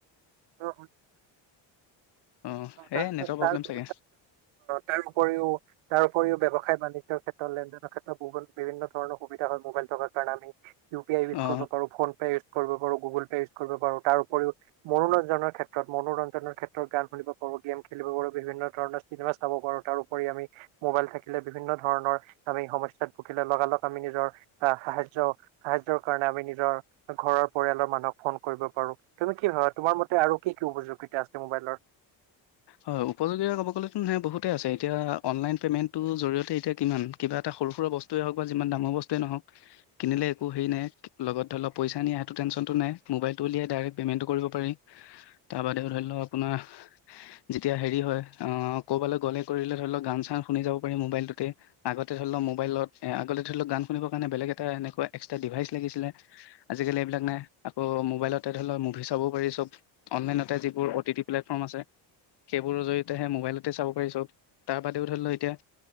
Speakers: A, on the right; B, on the left.
A: অ'
B: অ
A: তাৰ
B: এই নেটৰ প্ৰব্লেম
A: তাৰ
B: চাগে
A: অ' তাৰ উপৰিও তাৰ উপৰিও ব্যৱসায় বাণিজ্যৰ ক্ষেত্ৰত লেনদেনৰ ক্ষেত্ৰতো বিভিন্ন ধৰণৰ সুবিধা হয় মোবাইল থকাৰ কাৰণে। আমি ইউ পি আই ইউজ
B: অ
A: কৰিব পাৰো ফোন পে' ইউজ কৰিব পাৰো গুগ'ল পে' ইউজ কৰিব পাৰো। তাৰ উপৰিও মনোৰঞ্জনৰ ক্ষেত্ৰত মনোৰঞ্জনৰ ক্ষেত্ৰত গান শুনিব পাৰোঁ গেম খেলিব পাৰোঁ বিভিন্ন ধণৰ চিনেমা চাব পাৰোঁ তাৰো উপৰি আমি। মোবাইল থাকিলে। বিভিন্ন ধৰণৰ আমি সমস্াত ভুকিল লে লগালগ আমি নিজৰ আহ সাহায্য সাহায্যৰ কাৰণে আমি নিজৰ ঘৰৰ পৰিয়ালৰ মানুহক ফোন কৰিব পাৰো। তুমি কি ভাবা? তোমাৰ মতে আৰু কি কি উপযোগিতা আছে মোবাইলৰ?
B: হয় উপযোগী ক'ব গ'লেতো নহয় বহুতেই আছে, এতিয়া অ'নলাইন পে'মেণ্টটোৰ জৰিয়তে এতিয়া কিমান কিবা এটা সৰু সুৰা বস্তুৱেই হওঁক বা যিমান দামৰ বস্তুৱেই নহওঁক কিনিলে একো হেৰি নাই লগত ধৰি লওঁক পইচা নিয়া সেইটো টেনচনটো নাই মোবাইলটো উলিয়াই ডাইৰেক্ট পে'মেণ্টটো কৰিব পাৰি। তাৰ বাদেও ধৰি লওঁক আপোনাৰ যেতিয়া হেৰি হয় ক'ৰবালৈ গ'লে কৰিলে ধৰি লওক গান চান শুনি যাব পাৰি মোবাইলটোতে আগতে ধৰি লওক মোবাইলত আগতে ধৰি লওক গান শুনৰ কাৰণে বেলেগ এটা এনেকুৱা এক্সট্ৰা ডিভাইচ লাগিছিলে আজিকালি এইবিলাক নাই আকৌ মোবাইলতে ধৰি লওক মুভি চাবও পাৰি চব অনলাইনতে যিবোৰ অ' টি টি প্লেটফৰ্ম আছে। সেইবোৰৰ জৰিয়তেহে মোবাইলতে চাব পাৰি চব তাৰ বাদেও ধৰি ল এতিয়া